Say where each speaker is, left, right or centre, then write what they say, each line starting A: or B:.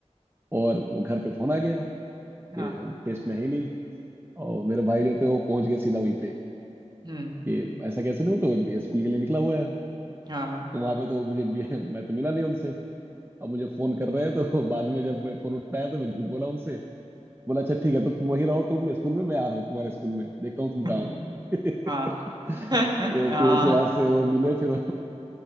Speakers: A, on the right (about 20°); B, on the right (about 35°).
A: और वो घर पे फोन आ गया
B: हाँ
A: कि टेस्ट में है ही नहीं और मेरे भाई जो थे वो पहुंच गए सीधा वहीं पे
B: हम्म
A: कि ऐसा कैसे नहीं हो तो ये स्कूल के लिए निकला हुआ है
B: हाँ हाँ
A: तो वहां पे तो मुझे भी- <laughs> मैं तो मिला नहीं उनसे अब मुझे फोन कर रहे हैं तो <laughs> बाद में जब मैं फोन उठाया तो मैं झूठ बोला उनसे बोला अच्छा ठीक है तो तुम वहीं रहो तुम स्कूल में मैं आ रहा हूँ तुम्हारे स्कूल में देखता हूँ तुम
B: <laughs>
A: कहाँ हो <laughs>
B: हाँ <laughs>
A: तो
B: हाँ
A: फिर उसके बाद से वो मिले फिर